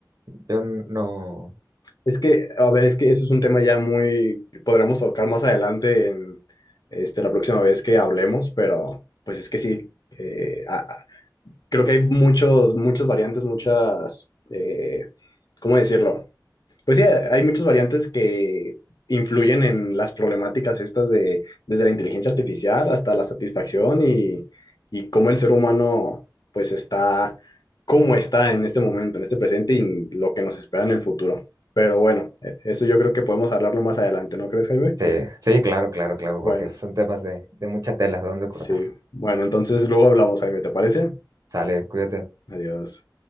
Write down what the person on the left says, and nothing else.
Es que, a ver, es que eso es un tema ya muy, que podremos tocar más adelante en este, la próxima vez que hablemos, pero pues es que sí, eh, a- a- creo que hay muchos, muchas variantes, muchas, eh, ¿cómo decirlo? Pues sí, hay muchas variantes que influyen en las problemáticas estas de desde la inteligencia artificial hasta la satisfacción y, y cómo el ser humano pues está, cómo está en este momento, en este presente y lo que nos espera en el futuro. Pero bueno, e- eso yo creo que podemos hablarlo más adelante, ¿no crees, Jaime?
Bueno,
sí.
Bueno, entonces luego hablamos, Jaime, ¿te parece?
Adiós.